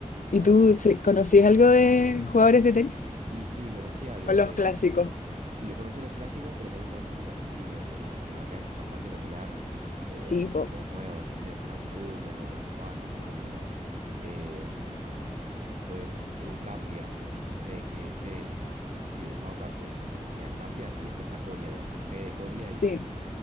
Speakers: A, on the left; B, on the right.
A: ¿Y
B: Wow,
A: tú
B: mirá.
A: ¿sí- conocías algo de jugadores de tenis?
B: Y sí, conocí algo,
A: O los
B: eh,
A: clásicos.
B: lo conocía los clásicos, pero también conozco mucho argentino, ¿viste? Como que acá es bastante popular. Eh,
A: Sí,
B: bueno,
A: po.
B: los nuevos, no sé, Fran Cerúndolo, Juan Cerúndolo, eh, después eh, Capria, Fede, eh, Fede- sí, el mago Ca- eh, se- sería Capria, y después está Coria también, Fede Coria y
A: Sí,